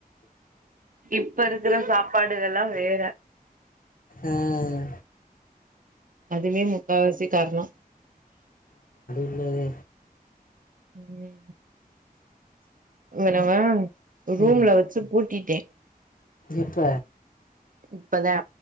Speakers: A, on the right; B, on the left.
A: இப்ப இருக்கற சாப்பாடு இதெல்லா வேற
B: உம்
A: அதுவே முக்கா வாசி கார்ணோ
B: இது அதே
A: ம் இவெனவ ரூம்ல
B: ம்
A: வெச்சு பூட்டிட்டெ
B: எப்ப
A: இப்பதா